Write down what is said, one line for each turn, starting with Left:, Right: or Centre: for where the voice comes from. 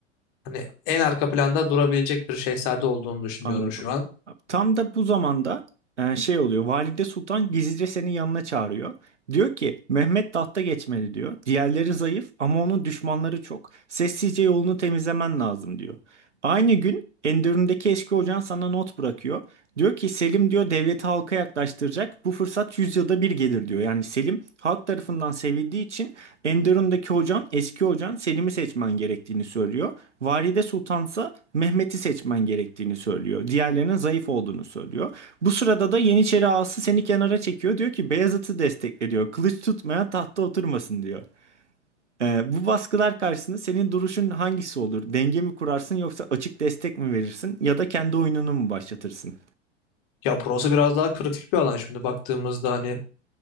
Left: hani en arka planda durabilecek bir şehzade olduğunu düşünüyorum
Right: Anladım.
Left: şu an.
Right: Tam da bu zamanda e, şey oluyor. Valide Sultan gizlice senin yanına çağırıyor. Diyor ki Mehmet tahta geçmeli diyor. Diğerleri zayıf ama onun düşmanları çok. Sessizce yolunu temizlemen lazım diyor. Aynı gün Enderun'daki eski hocan sana not bırakıyor. Diyor ki Selim diyor devleti halka yaklaştıracak. Bu fırsat yüzyılda bir gelir diyor. Yani Selim halk tarafından sevildiği için Enderun'daki hocan, eski hocan Selim'i seçmen gerektiğini söylüyor. Valide Sultansa Mehmet'i seçmen gerektiğini söylüyor. Diğerlerinin zayıf olduğunu söylüyor. Bu sırada da Yeniçeri ağası seni kenara çekiyor. Diyor ki Beyazıt'ı destekle diyor. Kılıç tutmayan tahta oturmasın diyor. Ee, bu baskılar karşısında senin duruşun hangisi olur? Denge mi kurarsın yoksa açık destek mi verirsin ya da kendi oyununu mu başlatırsın?
Left: Ya burası biraz daha kritik bir alan şimdi baktığımızda hani